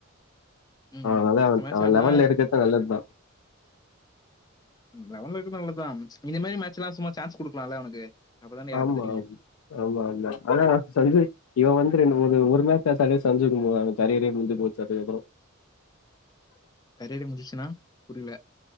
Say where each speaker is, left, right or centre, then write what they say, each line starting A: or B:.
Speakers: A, on the left (about 20°); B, on the left (about 85°).
A: ம்.
B: அ அவத
A: மேட்ச்
B: அவ
A: ஆடுனா
B: லவெல்ல இருக்கற்து நல்லது தா
A: லவன்ல இருக்கது நல்லது தா இதி மாரி மேட்ச் எல்லா சும்மா சான்ஸ் குடுக்கலால அவனுக்கு அப்பதானே யாருன்னு
B: ஆமா
A: தெரியும்.
B: ஆமா ஆமா ஆன சஞ்சய் இவ வந்து ரெண்டு ஒரு ஒரு மேட்ச்தா சண்டே சஞ்சுக்கு கரியரே முஞ்சி போச்சி அதுகப்பறோ
A: கரியரே முஞ்சிச்சுன்னா புரில